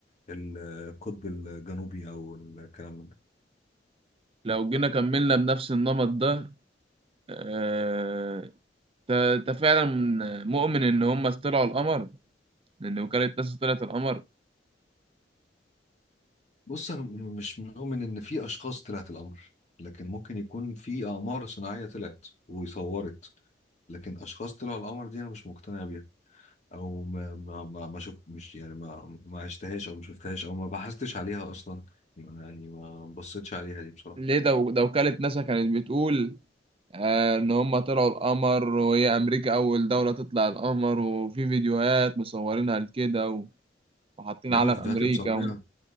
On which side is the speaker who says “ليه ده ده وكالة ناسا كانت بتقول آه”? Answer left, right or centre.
Right